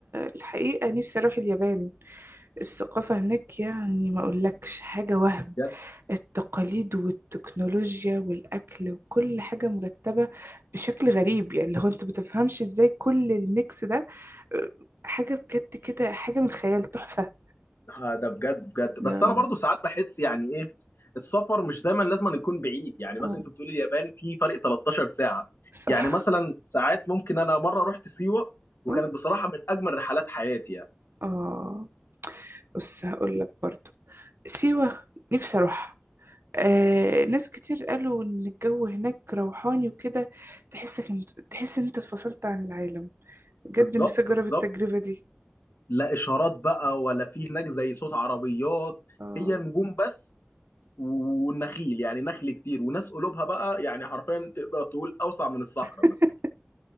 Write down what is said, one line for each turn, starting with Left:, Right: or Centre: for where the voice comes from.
Right: الحقيقة نفسي اروح اليابان الثقافة هناك يعني ما اقولكش حاجة وهم
Left: بجد
Right: التقاليد والتكنولوجيا والاكل وكل حاجة مرتبة بشكل غريب يعني لو انت بتفهمش ازاي كل الميكس ده آه، حاجة بجد كده حاجة من الخيال تحفة
Left: آه، ده بجد بجد بس
Right: اه
Left: أنا برضو ساعات بحس يعني إيه السفر مش دايما لازم أن يكون بعيد يعني مثلا
Right: آه،
Left: أنت بتقولي اليابان في فرق 13 ساعة
Right: صح
Left: يعني مثلا ساعات ممكن أنا مرة رحت سيوة وكانت
Right: اه
Left: بصراحة من أجمل رحلات حياتي يعني
Right: آه. بص هقولك برضو سيوة نفسي اروح آه ناس كتير قالوا إن الجو هناك روحاني وكده تحسك انت تحس إن أنت اتفصلت عن العالم بجد
Left: بالظبط
Right: نفسي أجرب
Left: بالظبط
Right: التجربة دي
Left: لا إشارات بقى ولا في هناك زي صوت عربيات
Right: اه
Left: هي نجوم بس والنخيل يعني نخل كتير وناس قلوبها بقى يعني حرفيا تقدر تقول اوسع من الصحراء
Right: <laughs>
Left: مثلا